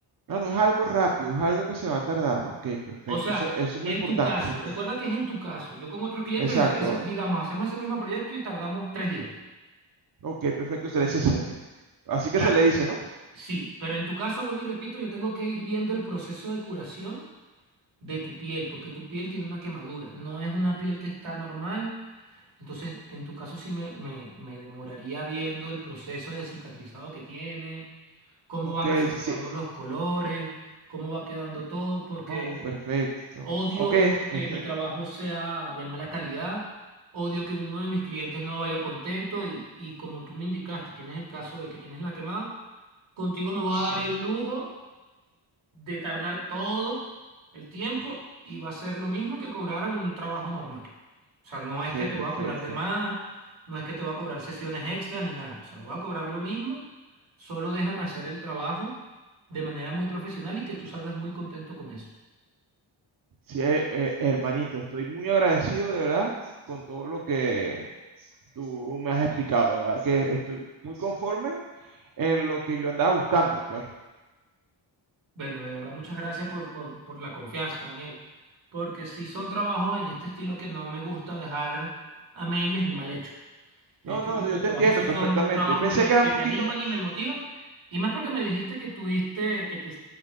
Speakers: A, on the right; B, on the right.
A: No, no es algo rápido, es algo que se va a tardar. Ok, perfecto.
B: O sea,
A: Eso, eso es
B: en
A: muy importante,
B: tu caso,
A: ese punto.
B: recuerda que es en tu caso. Yo con otros clientes,
A: Exacto.
B: ese- ese, digamos, hacemos ese mismo proyecto y tardamos tres días.
A: Ok, perfecto, tres sesiones. Así que
B: Claro,
A: se le dice, ¿no?
B: sí, pero en tu caso, vuelvo y repito, yo tengo que ir viendo el proceso de curación de tu piel, porque tu piel tiene una quemadura, no es una piel que está normal. Entonces, en tu caso sí me, me, me demoraría viendo el proceso de cicatrizado que tiene, cómo
A: Ok,
B: van acentuando
A: sí, sí.
B: los colores, cómo va quedando todo, porque
A: Oh, perfecto.
B: Odio,
A: Ok,
B: odio
A: ent- estoy-
B: que mi trabajo sea de mala calidad, odio que uno de mis clientes no vaya contento y, y como tú me indicaste, tienes el caso de que tienes la quemada, contigo me voy
A: sí,
B: a dar el lujo de tardar todo el tiempo y va a ser lo mismo que cobrar un trabajo normal. O sea, no
A: ok,
B: es que te voy
A: perfecto.
B: a cobrar de más, no es que te voy a cobrar sesiones extras ni nada, o sea, voy a cobrar lo mismo, solo déjame hacer el trabajo de manera muy profesional y que tú salgas muy contento con eso.
A: Sí, eh, eh, hermanito, estoy muy agradecido de verdad con todo lo que tú me has explicado, de verdad que estoy muy conforme en lo que yo andaba buscando, pues.
B: Bueno, de verdad, muchas gracias por, por, por la confianza, Daniel. Porque si son trabajos en este estilo que no me gusta dejar a medias ni mal hecho. Este
A: No, no,
B: tipo
A: yo
B: de trabajos
A: te entiendo
B: sí
A: perfectamente.
B: son trabajos
A: Pensé
B: que me,
A: que era
B: que
A: un poquito...
B: me animan y me motivan. Y más porque me dijiste que tuviste, que te,